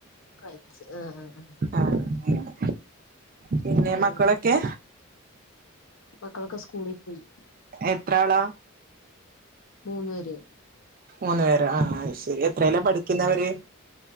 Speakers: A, on the left; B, on the right.
A: കഴിച്ച് ആ ആ ആ
B: ആഹ് അങ്ങനെ. പിന്നെ
A: ഉം
B: മക്കളൊക്കേ
A: മക്കളൊക്കെ സ്കൂളി പോയി
B: എത്രളാ
A: മൂന്നേര്
B: മൂന്നു പേരോ ആ ആ ശരി എത്രേലാ പഠിക്കുന്നവര്